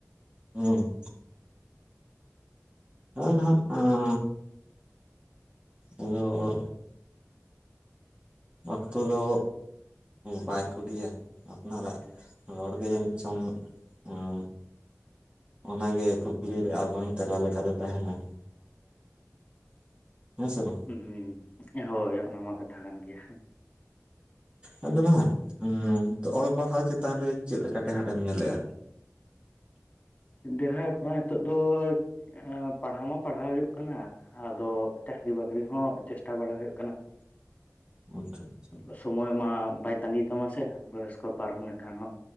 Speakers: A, on the right (about 20°); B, on the left (about 30°).
A: ᱦᱩᱸ᱾ ᱦᱳ ᱱᱟᱟᱜ ᱟᱫᱚ ᱟᱸ ᱟᱫᱚ ᱚᱠᱛᱚ ᱫᱚ ᱵᱟᱭ ᱠᱩᱞᱤᱭᱟ ᱟᱯᱱᱟᱨᱟᱜ᱾ ᱨᱚᱲ ᱜᱮ ᱡᱟᱱᱤᱡ ᱪᱚᱝ ᱩᱸ ᱚᱱᱟᱜᱮ ᱠᱩᱠᱞᱤᱨᱮ ᱟᱨ ᱵᱟᱝᱟᱝ ᱛᱮᱞᱟ ᱞᱮᱠᱟᱛᱮ ᱛᱟᱦᱮᱱᱟ᱾ <inaudible> ᱦᱮᱸ ᱥᱮ ᱵᱟᱝ?
B: ᱦᱩᱸ, ᱦᱳᱭ ᱚᱱᱟ ᱢᱟ ᱠᱟᱛᱷᱟ ᱠᱟᱱ ᱜᱮᱭᱟ
A: ᱟᱫᱚ ᱱᱟᱜ ᱚᱞ ᱯᱟᱲᱦᱟᱣ ᱪᱮᱛᱟᱱ ᱨᱮ ᱪᱮᱫ ᱞᱮᱠᱟ ᱴᱮᱦᱮᱴᱮᱢ ᱧᱮᱞᱮᱜᱼᱟ?
B: ᱡᱟᱦᱟᱸ ᱠᱚᱣᱟᱜ ᱱᱤᱳᱚᱜ ᱫᱚᱭ ᱯᱟᱲᱦᱟᱣ ᱢᱟ ᱯᱟᱲᱦᱟᱣ ᱦᱳᱭᱳᱜ ᱠᱟᱱᱟ ᱟᱫᱚ ᱪᱟᱹᱠᱨᱤ ᱵᱟᱹᱠᱨᱤ ᱦᱚᱸ ᱪᱮᱥᱴᱟ ᱵᱟᱲᱟ ᱦᱳᱭᱳᱜ ᱠᱟᱱᱟ ᱾
A: <unintelligible> ᱟᱪᱪᱷᱟ
B: ᱟᱻᱥᱚᱢᱚᱭ ᱢᱟ ᱵᱟᱭ ᱛᱟᱸᱜᱤ ᱠᱟᱢᱟ ᱥᱮ ᱵᱚᱭᱚᱥ ᱠᱚ ᱯᱟᱨᱚᱢ ᱞᱮᱠᱷᱟᱱ ᱦᱚᱸ